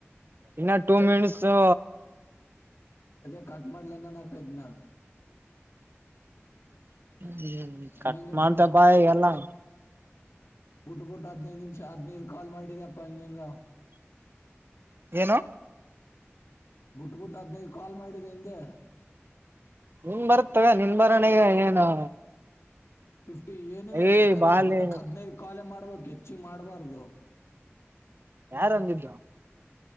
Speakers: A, on the right; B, on the left.
A: ಇನ್ನ ಟೂ ಮಿನಿಟ್ಸು
B: ಅದೇ ಕಾಟಡ್ಲನ ನಕೈತ್ನಾ
A: ಹ್ಮ
B: ಹಂಗಿಂಗ
A: ಕಟ್ ಮಾಡಂತ ಬಾಯ ಎಲ್ಲಾ
B: ಬಿುಟ್ಟ ಬಿುಟ್ಟು ಹದ್ನೈದುನಿಮಿಷ ಹದ್ನದು ಕಾಲ್ ಮಾಡಿದಪ್ಪಾ ಇಂಗ್ ಇಂಗ
A: ಏನು
B: ಬಿಟ್ಬಿಟ್ಟು ಹದಿನೈದು ಕಾಲ್ ಮಾಡಿದ್ದ ಹಂದೆ
A: ನಿನ್ ಬರ್ತ್ತವೆ ನಿನ್ ಬರವಣಿಗೆ ಏನು
B: ಫಿಫ್ಟಿ ಏನಿಲ್ಲಲ್ಲಿ
A: ಏ
B: ಕರೆ
A: ಬಾಲಿ
B: ದಿನಕ್ಕೆ ಹದನೈದು ಕಾಲ ಮಾಡ್ಬೇಕು ಹೆಚ್ಚಿ ಮಾಡ್ಬಾರ್ದು
A: ಯಾರು ಅಂದಿದ್ದು